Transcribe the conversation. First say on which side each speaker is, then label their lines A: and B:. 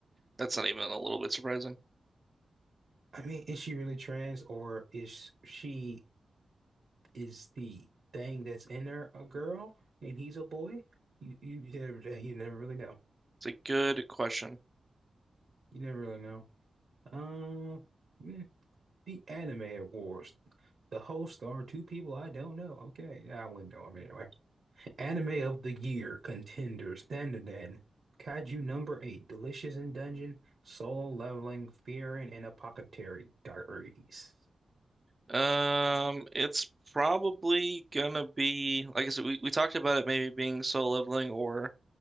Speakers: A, on the right; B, on the right.
A: that's not even a little bit surprising.
B: I mean, is she really trans or is she is the thing that's in her a girl and he's a boy? You you you never, you never really know.
A: It's a good question.
B: You never really know. Uh, mm, the Anime Awards. The hosts are two people I don't know. Okay, I wouldn't know them anyway. Anime of the Year contenders: Dandadan, Kaiju Number Eight, Delicious in Dungeon, Solo Leveling, Fearing, and Apothecary Diaries
A: Um, it's probably gonna be like I said, we, we talked about it maybe being soul Leveling or